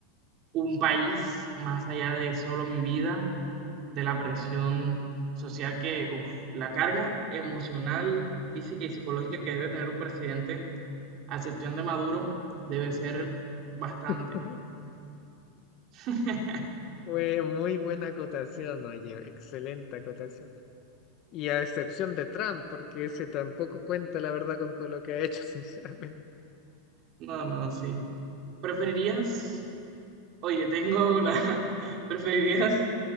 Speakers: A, on the right (about 40°); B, on the left (about 40°).
A: un país más allá de solo mi vida, de la presión social que, uf, la carga emocional, física y psicológica que debe tener un presidente, a excepción de Maduro, debe ser bastante.
B: <laughs>
A: <laughs>
B: Fue muy buena acotación, oye, excelente acotación. Y a excepción de Trump, porque ese tampoco cuenta la verdad con todo lo que ha hecho, <laughs> sinceramente.
A: No, no, sí. ¿Preferirías, oye, tengo una, <laughs> ¿preferirías